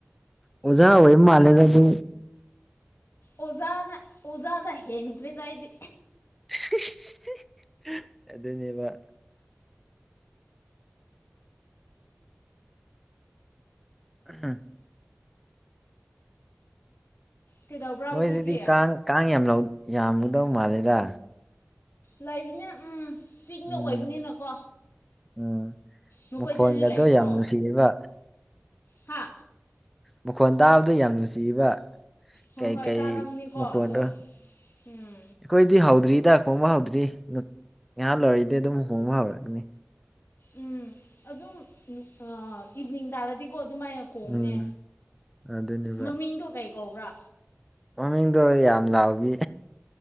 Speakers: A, in the centre; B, on the left.
A: ꯑꯣꯖꯥ ꯑꯣꯏꯕ ꯃꯥꯜꯂꯦꯗ ꯑꯗꯨ
B: ꯑꯣꯖꯥꯅ ꯑꯣꯖꯥꯗ ꯍꯦꯟꯈ꯭ꯔꯦꯗ ꯑꯩꯗꯤ
A: <unintelligible> ꯑꯗꯨꯅꯦꯕ ꯎꯝ
B: ꯀꯩꯗꯧꯕ꯭ꯔꯥ
A: ꯅꯣꯏꯗꯗꯤ
B: ꯍꯧꯖꯤꯛꯇꯤ
A: ꯀꯥꯡ ꯀꯥꯡ ꯌꯥꯝ ꯌꯥꯝ ꯌꯥꯝꯒꯗꯧ ꯃꯥꯜꯂꯦꯗ
B: ꯂꯩꯕꯅꯦ ꯎꯝ ꯆꯤꯡꯗ
A: ꯎꯝ
B: ꯑꯣꯏꯕꯅꯤꯅꯀꯣ
A: ꯎꯝ
B: ꯅꯈꯣꯏꯗꯗꯤ
A: ꯃꯈꯣꯟꯒꯗꯣ
B: ꯂꯩꯇ꯭ꯔꯣ
A: ꯌꯥꯝ ꯅꯨꯡꯁꯤꯔꯤꯕ
B: ꯍꯥ
A: ꯃꯈꯣꯟ ꯇꯥꯕꯗꯣ ꯌꯥꯝ ꯅꯨꯡꯁꯤꯕ
B: ꯍꯣꯏ
A: ꯀꯩ
B: ꯍꯣꯏ
A: ꯀꯩ
B: ꯇꯥꯔꯝꯅꯤꯀꯣ
A: ꯃꯈꯣꯟꯔꯣ
B: ꯑꯗꯣ ꯎꯝ
A: ꯑꯩꯈꯣꯏꯗꯤ ꯍꯧꯗ꯭ꯔꯤꯗ ꯈꯣꯡꯕ ꯍꯧꯗ꯭ꯔꯤ ꯉꯍꯥꯛ ꯂꯣꯏꯔꯛꯏꯗꯤ ꯑꯗꯨꯝ ꯍꯣꯡꯕ ꯍꯧꯔꯛꯑꯅꯤ
B: ꯎꯝ ꯑꯗꯨꯝ ꯑ ꯏꯚꯤꯅꯤꯡ ꯇꯥꯔꯗꯤꯀꯣ ꯑꯗꯨꯃꯥꯏꯅ ꯈꯣꯡꯅꯦ
A: ꯎꯝ ꯑꯗꯨꯅꯦꯕ
B: ꯃꯃꯤꯡꯗꯣ ꯀꯩ ꯀꯧꯕ꯭ꯔꯥ
A: ꯃꯃꯤꯡꯗꯣ ꯌꯥꯝ ꯂꯥꯎꯕꯤ